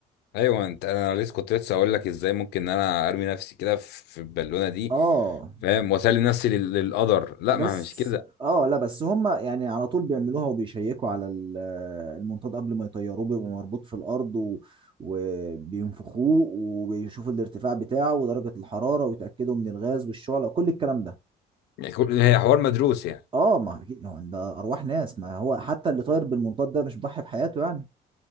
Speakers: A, on the left; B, on the right.
A: ايوه انت انا لسه كنت لسه اقول لك ازاي ممكن ان انا ارمي نفسي كده في البالونه دي
B: اه
A: فاهم واسلم نفسي لل- للقدر لا
B: بس
A: ما هي مش كده
B: اه لا بس هم يعني على طول بيعملوها وبيشيكوا على ال- المنطاد قبل ما يطيروه بيبقى مربوط في الارض و... وبينفخوه وبيشوفوا الارتفاع بتاعه ودرجة الحرارة ويتأكدوا من الغاز والشعلة وكل الكلام ده
A: يعني كل- هي حوار مدروس يعني
B: اه ما أكيد- هو ده ارواح ناس ما هو حتى اللي طاير بالمنطاد ده مش بيضحي بحياته يعني